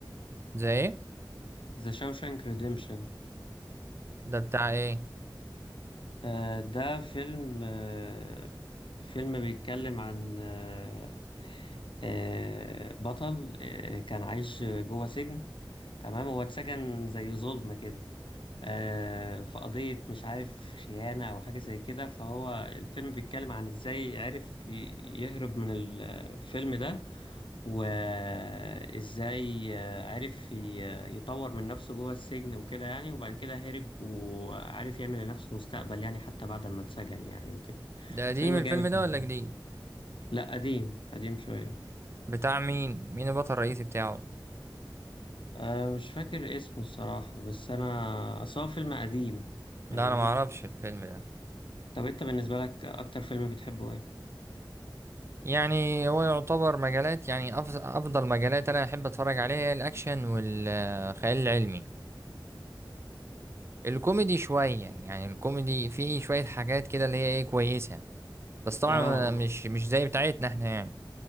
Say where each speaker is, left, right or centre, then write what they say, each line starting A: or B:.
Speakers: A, on the right; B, on the left.
A: زي ايه
B: ذا شاوشانك ريديمشن
A: ده بتاع ايه
B: آه، ده فيلم آه، فيلم بيتكلم عن آه، آه، بطل آه، كان عايش جوه سجن تمام هو اتسجن زي ظلمة كده آه، في قضية مش عارف خيانة أو حاجة زي كده فهو الفيلم بيتكلم عن إزاي عرف ي- يهرب من الفيلم ده وإزاي آه، عرف ي- يطور من نفسه جوه السجن وكده يعني وبعد كده هرب وعرف يعمل لنفسه مستقبل يعني حتى بعد ما اتسجن يعني وكده
A: ده قديم
B: فيلم
A: الفيلم
B: جامد
A: ده
B: جدا
A: ولا جديد
B: لا قديم قديم شوية
A: بتاع مين مين البطل الرئيسي بتاعه
B: أه مش فاكر اسمه الصراحة بس أنا أصل هو فيلم قديم فاهمني
A: لا انا ما اعرفش الفيلم ده
B: طب أنت بالنسبة لك أكتر فيلم بتحبه إيه؟
A: يعني هو يعتبر مجالات يعني أفز- افضل مجالات انا احب اتفرج عليها هي الاكشن والخيال العلمي الكوميدي شويه يعني الكوميدي فيه شويه حاجات كده اللي هي ايه كويسه بس طبعا
B: اه اه
A: مش مش زي بتاعتنا احنا يعني